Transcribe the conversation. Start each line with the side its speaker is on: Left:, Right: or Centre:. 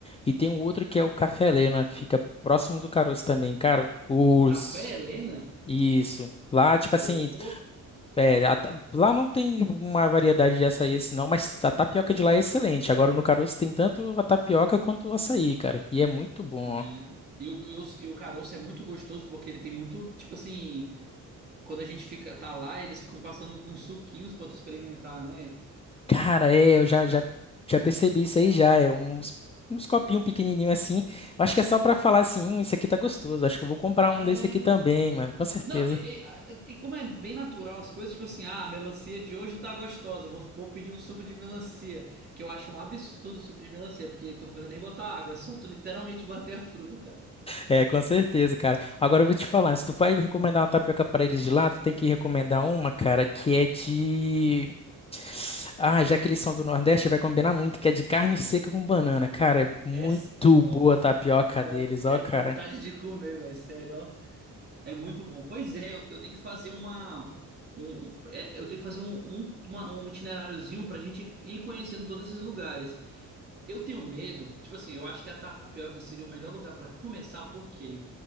Left: e tem um outro que é o Café Helena. Fica próximo do Caroço também, cara. Os.
Right: Café Helena?
Left: Isso. Lá, tipo assim.
Right: Pô,
Left: É, a ta- lá não tem uma variedade de açaí esse não, mas a tapioca de lá é excelente. Agora no Caroço tem tanto a tapioca quanto o açaí, cara. E é muito bom.
Right: né? E, o, e, o, e o caroço é muito gostoso porque ele tem muito, tipo assim, quando a gente fica, tá lá, eles ficam passando com uns suquinhos pra tu experimentar, né?
Left: Cara, é, eu já, já, já percebi isso aí já. É uns, uns copinhos pequenininhos assim. Eu Acho que é só pra falar assim, hum, isso aqui tá gostoso. Acho que eu vou comprar
Right: É.
Left: um desse aqui também, mano. Com certeza.
Right: Não, e, e- a- e como é bem natural as coisas, tipo assim, ah, a melancia de hoje tá gostosa, vou, vou pedir um suco de melancia, que eu acho um absurdo o suco de melancia, porque tu não precisa nem botar água, é só tu literalmente bater a fruta, cara.
Left: É, com certeza, cara. Agora eu vou te falar, se tu vai recomendar uma tapioca pra eles de lá, tu tem que recomendar uma, cara, que é de Ah, já que eles são do Nordeste, vai combinar muito, que é de carne seca com banana. Cara, é muito
Right: É, s- nossa,
Left: boa a tapioca
Right: deu
Left: deles,
Right: até
Left: ó, cara.
Right: vontade de comer, velho, sério, ó. É muito bom. Pois é, eu, eu tenho que fazer uma. Um, um- é, eu tenho que fazer um, um, uma- um itineráriozinho pra gente ir conhecendo todos esses lugares. Eu tenho medo, tipo assim, eu acho que a Tapioca seria o melhor lugar pra começar, por quê?